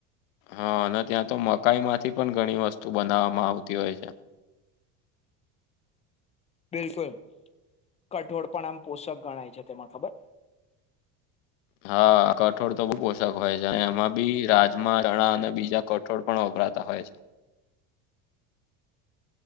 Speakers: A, on the left; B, on the left.
A: હા અને ત્યાં તો મકાઈ માંથી પણ ઘણી વસ્તુ બનાવવામાં આવતી હોય છે.
B: બિલકુલ કઠોળ પણ આમ પોષક ગણાય છે તેમાં ખબર
A: હા કઠોળ તો બહુ પોષક હોય છે એમાં બી રાજમા ચણા અને બીજા કઠોળ પણ વપરાતા હોય છે.